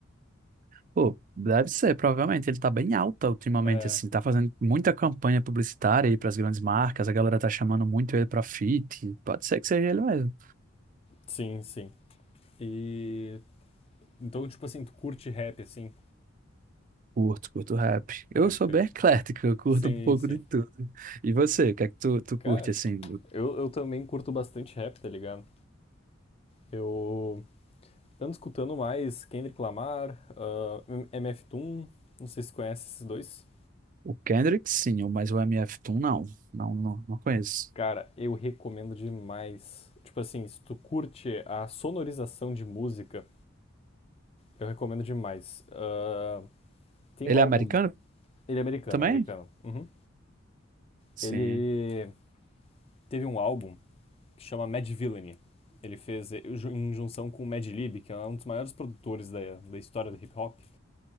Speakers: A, on the right; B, on the left.
A: Pô, deve ser, provavelmente. Ele tá bem alta ultimamente,
B: É,
A: assim. Tá fazendo muita campanha publicitária aí pras grandes marcas. A galera tá chamando muito ele pra feat. Pode ser que seja ele mesmo.
B: sim, sim. E então, tipo assim, tu curte rap, assim,
A: Curto, curto rap. Eu
B: pode
A: sou
B: crer.
A: bem <laughs> eclético, eu curto
B: Sim,
A: um pouco
B: sim.
A: de tudo. E você, o que é que tu, tu
B: Cara,
A: curte, assim?
B: eu, eu também curto bastante rap, tá ligado? Eu ando escutando mais Kendrick Lamar, ah, M- MF Doom, não sei se conhece esses dois.
A: O Kendrick, sim, mas o MF Doom, não. Não, não, não conheço.
B: Cara, eu recomendo demais. Tipo assim, se tu curte a sonorização de música, eu recomendo demais. Ah, tem
A: Ele
B: o álbum
A: é americano
B: Ele é americano,
A: também?
B: americano. Uhum.
A: Sim,
B: Ele teve um álbum que chama Mad Villainy. Ele fez eh, ju- em junção com o Mad Lib, que é um dos maiores produtores da, da história do hip hop.